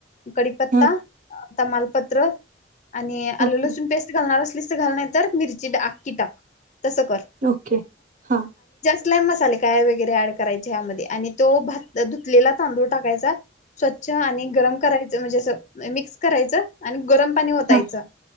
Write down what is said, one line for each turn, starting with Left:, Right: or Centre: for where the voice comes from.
Left: कडीपत्ता
Right: हा
Left: तमालपत्र आणि आलू
Right: ओके
Left: लसण पेस्ट घालणार. इमेज तिथे टाक नाहीतर अख्खी टाक
Right: ओके हा
Left: कतलाय मसाले काय वगैरे ऍड करायचे यामध्ये आणि तो भात धुतलेला तांदूळ टाकायचा. स्वच्छ आणि गरम करायचं म्हणजे मिक्स करायचं आणि गरम पाणी होतायचं
Right: हा